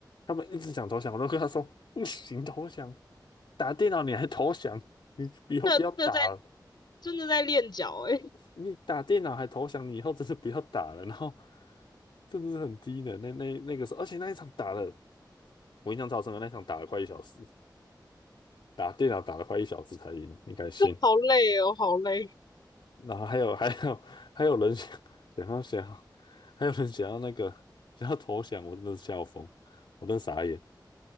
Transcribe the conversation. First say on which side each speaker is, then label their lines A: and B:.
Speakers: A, on the left (about 85°); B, on the left (about 65°).
A: 他们一直想投降，我都跟他说不行，投降，打电脑你还投降，你以后不要打了。
B: <laughs> 真的真的在真的在练脚哎、欸
A: 你打电脑还投降，你以后真的不要打了。然后真的是很低的那那那个时候，而且那一场打了，我印象超深的，那一场打了快一小时，打电脑打了快一小时才赢，你敢信？
B: 好累哦，好累。
A: 然后还有还有还有人想想要想要，还有人想要那个想要投降，我真的是笑疯，我真的傻眼。